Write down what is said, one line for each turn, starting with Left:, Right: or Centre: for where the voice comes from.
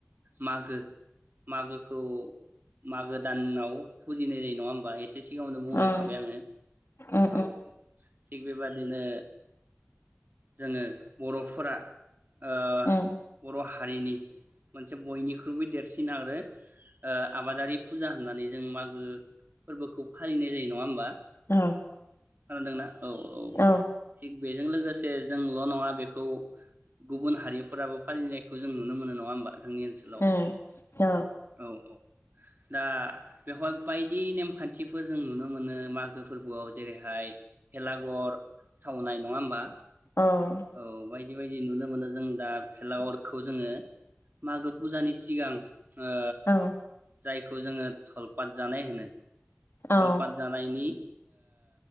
Right: मागो मागोखौ मागो दानाव फुजिनाय जायो नङा होमबा? एसे सिगाङावनो बुंलांखाबाय
Left: ओम
Right: आङो,
Left: ओम
Right: औ थिग बेबादिनो जोङो बर'फोरा ओ!
Left: ओम
Right: बर' हारिनि मोनसे बयनिख्रुइबो देरसि सिन आरो ओ आबादारि फुजा होननानै जों मागो फोरबोखौ फालिनाय जायो नङा होमबा?
Left: औ
Right: खोनादोंना? औ-औ
Left: औ
Right: थिग बेजों लोगोसे ए, जोंल' नङा बेखौ, गुबुन हारिफोराबो फालिनायखौ जों नुनो मोनो नङा होमबा? जोंनि ओनसोलाव?
Left: ओम औ
Right: औ-औ दा बेवहाय बायदि नेमखान्थिफोर जों नुनो मोनो मागो फोरबोआव जेरैहाय भेलाघर सावनाय नङा होमबा?
Left: अह।
Right: औ बायदि बायदि नुनो मोनो जों दा भलागरखौ जोङो मागो फुजानि सिगां ओ।
Left: ओम
Right: जायखौ जोङो थलपत जानाय होनो।
Left: ओम
Right: थलपत जानायनि